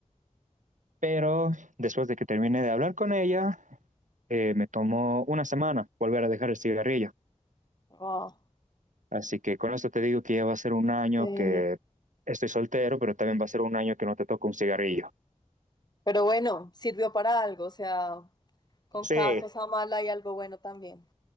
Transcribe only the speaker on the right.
Pero después de que terminé de hablar con ella, eh, me tomó una semana volver a dejar el cigarrillo.
Así que con esto te digo que ya va a ser un año
que estoy soltero, pero también va a ser un año que no te toco un cigarrillo.
Sí,